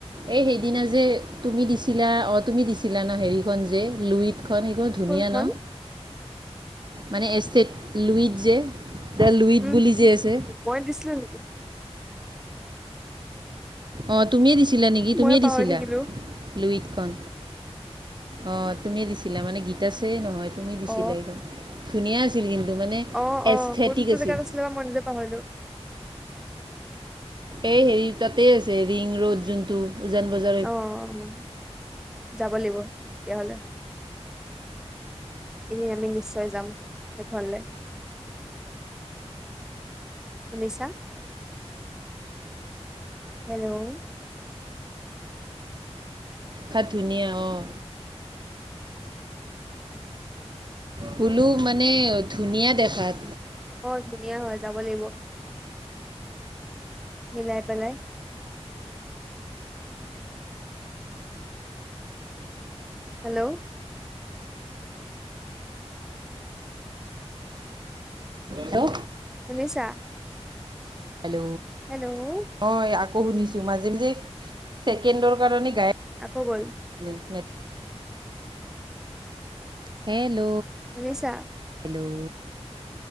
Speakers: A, on the right; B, in the centre.
A: এই সেইদিনা যে তুমি দিছিলা অ তুমি দিছিলা ন হেৰিখন যে লুইতখন সেইখন। ধুনীয়া
B: কোনখন
A: ন, মানে এষ্টেট লুইড যে। দ্য লুইত
B: উম'
A: বুলি যে আছে
B: মই দিছিলোঁ নেকি?
A: অ', তুমিয়ে দিছিলা নেকি?
B: মই
A: তুমিয়ে
B: পাহৰি
A: দিছিলা?
B: থাকিলো
A: লুইতখন অ', তুমিয়ে দিছিলা মানে, গিতাসে নহয়। তুমি দিছিলা
B: অ
A: সেইখন, ধুনীয়া আছিল কিন্তু মানে
B: অ' অ',
A: এষ্ঠেটিক
B: কোনটো
A: আছিল
B: জেগাত আছিলে বা মই নিজে পাহৰিলো।
A: এই হেৰি তাতেই আছে ৰিং-ৰ'ড যোনটো। উজান বজাৰ
B: অ' অ', যাব লাগিব তেতিয়াহলে। এনে, আমি নিশ্চয় যাম সেইখনলৈ। শুনিছা, হেল্ল'
A: দেখাত ধুনীয়া, অঁ। হোলো মানে ধুনীয়া দেখাত
B: অ ধুনীয়া <inaudible> মিলাই পেলাই। হেল্ল'
A: হেল্ল'
B: শুনিছা?
A: হেল্ল'।
B: হেল্ল'।
A: অ' আকৌ শুনিছো, মাজে মাজে ছেকেণ্ডৰ কাৰণে গাইপ
B: আকৌ গ'ল।
A: <unintelligible> হেল্ল'।
B: শুনিছা?
A: হেল্ল',